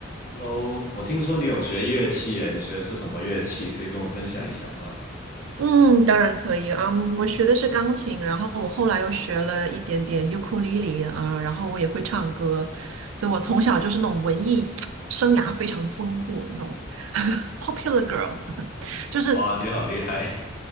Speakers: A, on the left (about 45°); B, on the right (about 85°).
A: Hello，我听说你有学乐器耶，你学的是什么乐器？可以跟我分享一下吗？
B: 嗯，当然可以啊。嗯我学的是钢琴，然后我后来又学了一点点尤克里里啊，然后我也会唱歌，所以我从小就是那种文艺 <tsk> 生涯非常丰富那种 <laughs> popular girl，<laughs> 就是
A: 哇，你好厉害！